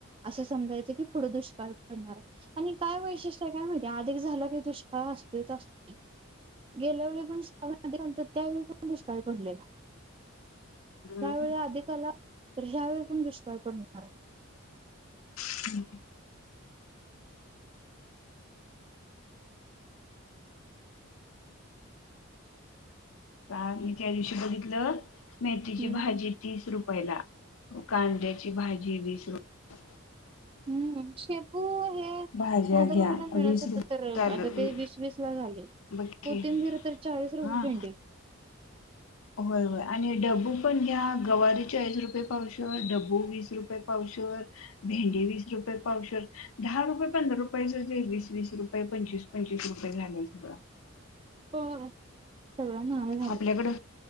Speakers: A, on the right (about 25°); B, on the left (about 85°).
A: असं समजायचं की पुढं दुष्काळ पडणार आहे. आणि काय वैशिष्ट्य आय काय माहिती, आधिक झाला का दुष्काळ असतोयच असतोय, गेल्या वेळीऽ. ण शंत त्यावेळी पण दुष्काळी पडलेला.
B: हम्म.
A: त्यावेळी अधिकाला रि्यावे पण दुष्काळ पड होणार.
B: हम्. का मी त्या दिवशी बघितलं मेथीची
A: हम्म.
B: भाजी तीस रुपयला कांदे. भाजी विस रूपयऽ.
A: हम्म, शेपू हे दहा
B: भाज्या
A: हजार
B: घ्या
A: रुपयाला मिळत
B: वीस
A: होत,
B: रुप
A: तर
B: चालू
A: आता ते वीस वीस.
B: बघ
A: कोतीमबीर
B: की
A: तर चाळीस रुपये
B: हा
A: पिंडी.
B: होय होय, आणि डब्बू पण घ्या, गवारी चाळीस रुपये पावशर, डब्बू वीस रुपये पावशर. भेंडी वीस रुपये पावशर. दहा रुपये पंधरा रुपयाच, वीस वीस रुपये पंचवीस पंचवीस रुपये झालेय सगळं.
A: होय, सगळ नाऽ.
B: आपल्याकडं,